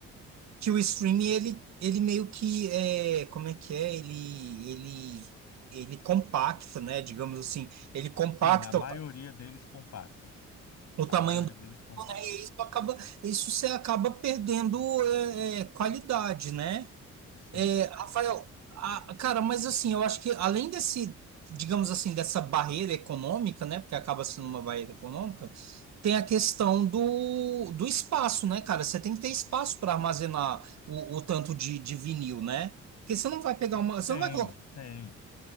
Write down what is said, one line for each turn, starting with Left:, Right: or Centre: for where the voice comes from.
Right: que o streaming ele, ele meio que é, como é que é? Ele ele ele compacta, né? Digamos assim, ele compacta
Left: sim, a maioria
Right: o, ta-
Left: deles compactam.
Right: o
Left: A
Right: tamanho
Left: maioria
Right: do
Left: deles compacto.
Right: né? E isso acaba isso você acaba perdendo é, é, qualidade, né?
Left: Sim.
Right: É, Rafael, a- cara, mas assim, eu acho que além desse, digamos assim, dessa barreira econômica, né, porque acaba sendo uma barreira econômica, tem a questão do, do espaço, né, cara? Você tem que ter espaço para armazenar o, o tanto de, de vinil, né? Porque você não vai pegar uma, você
Left: Tem,
Right: não vai colocar
Left: tem.